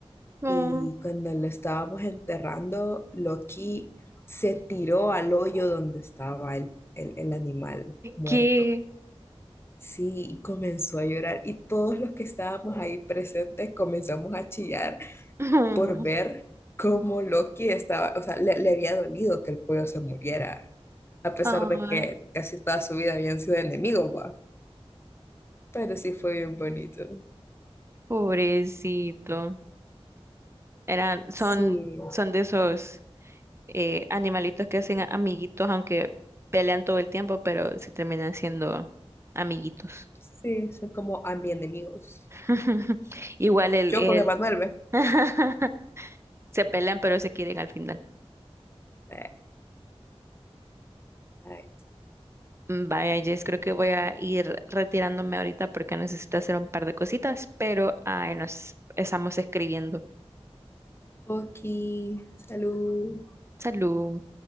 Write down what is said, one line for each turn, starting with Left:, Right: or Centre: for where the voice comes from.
Right: Mm,
Left: y cuando lo estábamos enterrando, Loki se tiró al hoyo donde estaba el, el, el animal muerto.
Right: ¿Qué?
Left: Sí, y comenzó a llorar y todos los que estábamos ahí presentes comenzamos a chillar
Right: <laughs> ujú.
Left: por ver cómo Loki estaba, o sea, le, le había dolido que el pollo se muriera a pesar
Right: Ay,
Left: de que casi toda su vida habían sido enemigos, va. Pero sí fue bien bonito.
Right: pobrecito. Eran, son,
Left: Sí,
Right: son de esos eh, animalitos que hacen amiguitos, aunque pelean todo el tiempo, pero se terminan siendo amiguitos.
Left: sí, son como a mi enemigos.
Right: <laughs> Igual el,
Left: Yo
Right: el
Left: con Emanuel, ¿ve?
Right: <laughs> se pelean, pero se quieren al final.
Left: Eh, ay.
Right: Mm, Vaya, Jess, creo que voy a ir retirándome ahorita porque necesito hacer un par de cositas, pero ahí nos estamos escribiendo.
Left: Oki, salud.
Right: Salud.